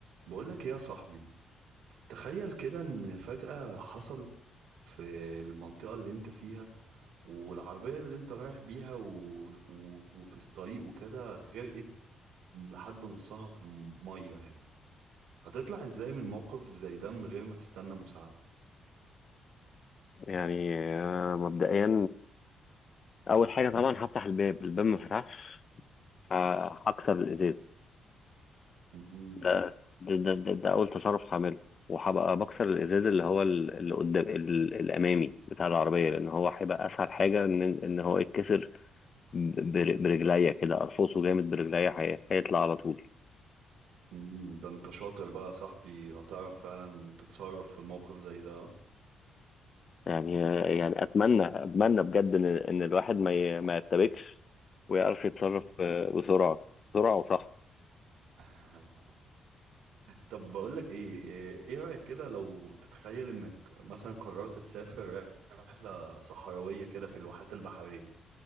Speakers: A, on the right; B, on the left.
A: بقولك ايه يا صاحبي تخيل كده ان فجأة حصل في المنطقة اللي انت فيها والعربية اللي انت رايح بيها و... و... وفي الطريق وكده غرقت لحد نصها في المية يعني هتطلع ازاي من موقف زي ده من غير ما تستنى مساعدة
B: يعني آه، مبدئيا اول حاجه طبعا هفتح الباب الباب ما فتحش ه- هكسر الازاز
A: مم.
B: ده ده, ده, ده, ده اول تصرف هعمله وهبقى بكسر الازاز اللي هو ال- اللي قدام ال- الامامي بتاع العربيه لان هو هيبقى اسهل حاجه ان ان هو يتكسر ب- برجليا كده ارفصه جامد برجليا هي- هيطلع على طول
A: مم. ده انت شاطر بقى يا صاحبي هتعرف فعلا تتصرف في الموقف زي ده
B: يعني يعني اتمنى اتمنى بجد ان ان الواحد ما ي- ما يتبكش ويعرف يتصرف آه، بسرعه بسرعه وصح
A: <laughs> طب بقول لك ايه ايه إيه رأيك كده لو تتخيل انك مثلا قررت تسافر رحلة صحراوية كده في الواحات البحرية